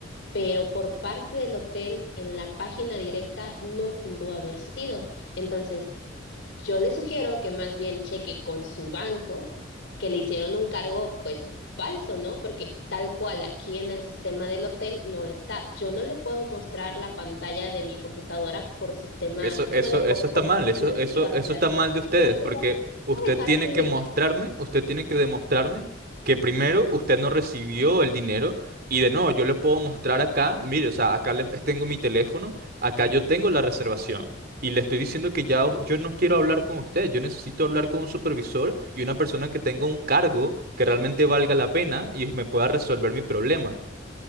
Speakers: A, on the left (about 70°); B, on the right (about 50°).
A: pero por parte del hotel en la página directa no pudo haber sido. Entonces, yo le sugiero que más bien cheque con su banco que le hicieron un cargo, pues falso, ¿no? Porque tal cual aquí en el sistema del hotel no está. Yo no le puedo mostrar la pantalla de mi computadora por sistema,
B: Eso, eso,
A: bueno,
B: eso
A: por,
B: está
A: por
B: mal,
A: cuestiones
B: eso, eso,
A: de privacidad.
B: eso está mal de ustedes,
A: Señor, por
B: porque
A: favor,
B: usted
A: ¿me ¿puede dejar
B: tiene
A: terminar?
B: que mostrarme, usted tiene que demostrarme que primero usted no recibió el dinero y de nuevo yo le puedo mostrar acá, mire, o sea, acá le- tengo mi teléfono, acá yo tengo la reservación y le estoy diciendo que ya o- yo no quiero hablar con usted, yo necesito hablar con un supervisor y una persona que tenga un cargo que realmente valga la pena y me pueda resolver mi problema.